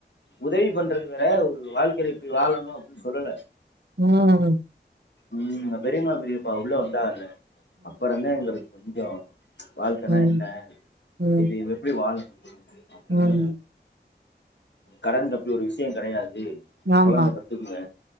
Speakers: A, on the left; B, on the right.
A: உதவி பண்றது வேற ஒரு வாழ்க்கையில இப்டி வாழணு அப்படின்னு சொல்லல
B: ம்
A: ம் பெரியுமா பெரிப்பா உள்ள வந்தாங்கல அப்பறந்தா எங்களுக்கு கொஞ்ச வாழ்க்கனா
B: ம்,
A: என்ன
B: ம்,
A: இது எப்டி வாழணு அப்படின்னு
B: ம்.
A: கடன் பத்தி ஒரு விஷய கெடையாது அப்டி
B: ஆமா.
A: கொழந்த பெ ங்க